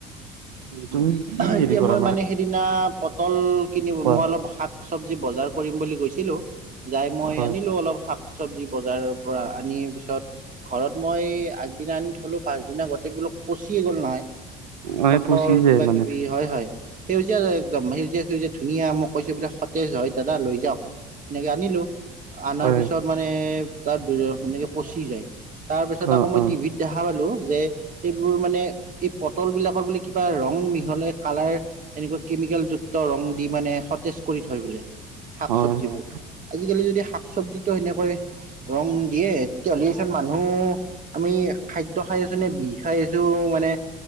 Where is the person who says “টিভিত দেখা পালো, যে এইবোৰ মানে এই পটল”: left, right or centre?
Right